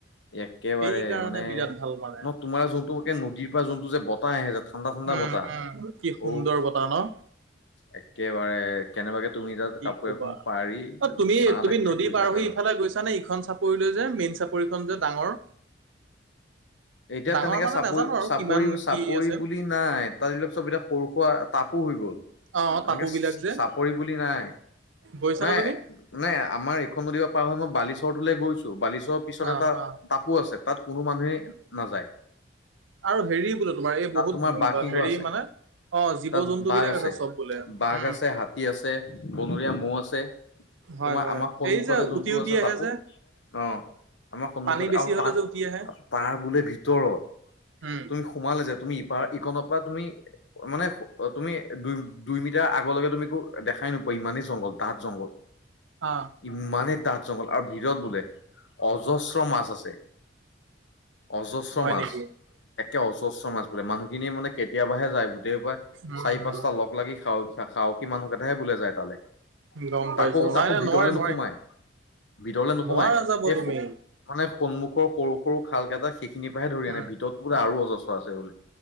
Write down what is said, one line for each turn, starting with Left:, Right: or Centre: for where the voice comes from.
Left: একেবাৰে
Right: সেই কাৰণে
Left: মানে
Right: বিৰাট ভাল মানে
Left: ন তোমাৰ যোনটো নদীৰ পৰা যোনটো যে বতাহ আহে যে ঠাণ্ডা। ঠাণ্ডা
Right: উম
Left: বতাহ
Right: উম কি সুন্দৰ
Left: উফ
Right: বতাহ ন
Left: একেবাৰে। কেনেবাকে তুমি তাত
Right: কি
Left: কাপোৰ
Right: কবা
Left: এখন পাৰি
Right: অ তুমি
Left: ছাঁ
Right: তুমি
Left: থাকিলে
Right: নদী
Left: শুই
Right: পাৰ
Left: থাক
Right: হৈ
Left: আৰু
Right: ইফালে গৈছা নে ইখন চাপৰিলৈ যে মেইন চাপৰি। যে ডাঙৰ
Left: এতিয়া
Right: ডাঙৰ
Left: তেনেকে
Right: মানে
Left: চাপৰি
Right: নাজানো আৰু
Left: চাপৰি
Right: কিমান
Left: চাপৰি
Right: কি আছে
Left: বুলি নাই তাত এতিয়া চব এতিয়া সৰু সুৰা তাপো হৈ গ'ল
Right: অ
Left: তেনেকে
Right: টাপু
Left: চ
Right: বিলাক
Left: চ
Right: যে
Left: চাপৰি বুলি নাই
Right: গৈছা
Left: নাই
Right: নে তুমি
Left: নাই আমাৰ এইখন নদি পা পাৰ হয় মই বালিচৰটোলৈ গৈছো বালিচৰ পিছত
Right: অ
Left: এটা
Right: অ
Left: টাপো আছে তাত কোনো মানুহে নাযায়।
Right: আৰু হেৰি বোলো তোমাৰ
Left: তাত
Right: এই বহুত
Left: তোমাৰ বাঘ সিংহ
Right: হেৰি
Left: আছে
Right: মানে অ জীৱ
Left: তাত
Right: জন্তু
Left: বাঘ
Right: বিলাক
Left: আছে
Right: চব বোলে
Left: বাঘ
Right: উম
Left: আছে হাতী আছে বনৰীয়া মৌ আছে
Right: <inaudible>
Left: তোমাৰ আমাৰ সন্মুখতে
Right: এই যে
Left: যোনটো
Right: উটি উটি
Left: আছে
Right: আহে
Left: তাপো
Right: যে
Left: অ আমাৰ সন্মুখত
Right: পানী বেছি
Left: আৰু
Right: হলে
Left: তাত
Right: যে উটি আহে
Left: তাৰ বোলে ভিতৰত
Right: উম
Left: তুমি সোমালে যে তুমি ইপাৰ ইকনৰ পৰা তুমি মানে হো অ তুমি দুই দুই মিটাৰ আগলৈকে তুমি একো দেখাই নোপোৱা ইমানেই জংঘল ডাঠ জংঘল
Right: অ
Left: ইমানেই ডাঠ জংঘল আৰু ভিৰত বোলে অজস্ৰ মাছ আছে অজস্ৰ
Right: হয়
Left: মাছ
Right: নেকি
Left: একে অজস্ৰ মাছ বোলে মানুহখিনিয়ে মানে কেতিয়াবাহে যায় গোটেই পৰা
Right: উম
Left: চাৰি পাঁচটা লগ লাগি খাহ সাহসী মানুহ হে বোলে যায় তালে
Right: গম পাইছো
Left: তাকো
Right: নাই
Left: তাকো
Right: নাই
Left: ভিতৰলে
Right: নোৱাৰে নোৱাৰে
Left: নোসোমাই ভিতৰলে নোসোমাই
Right: নোৱাৰা যাব
Left: এই
Right: তুমি
Left: ফ মানে সন্মুখৰ সৰু সৰু খালকেইটা সেইখিনিৰ পাহে ধৰি
Right: উম
Left: আনে ভিতৰত বোলে আৰু অজস্ৰ আছে বোলে